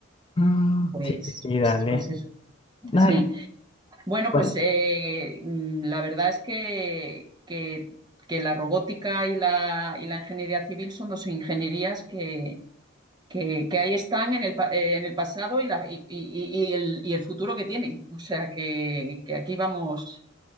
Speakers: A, on the left; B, on the right.
A: Mm,
B: Pues,
A: sí, sí, sí,
B: pues,
A: dale,
B: pues eso.
A: dale.
B: Sí. Bueno,
A: Bueno,
B: pues eh, mm, la verdad es que, que, que la robótica y la, y la ingeniería civil son dos ingenierías que, que, que ahí están en el, pa- eh, en el pasado y, la, y, y- y el, y el futuro que tienen. O sea que, que aquí vamos